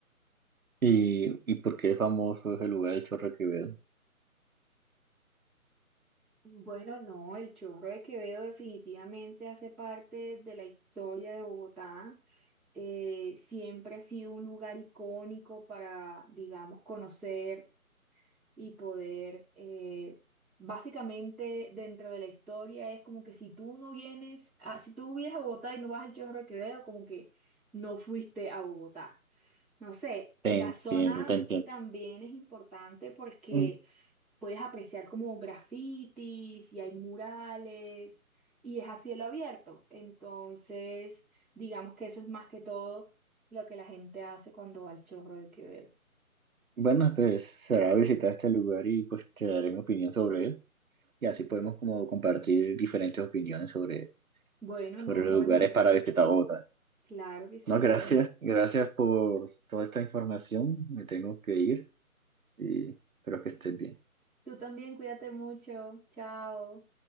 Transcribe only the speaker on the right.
¿Y, y por qué es famoso ese lugar, el Chorro que veo?
Te entiendo,
te entiendo.
Mm,
Bueno, pues será visitar este lugar y pues te daré mi opinión sobre él, y así podemos como compartir diferentes opiniones sobre,
sobre
los
lugares para visitar Bogotá.
No, gracias,
gracias por toda esta información. Me tengo que ir, y espero que estés bien.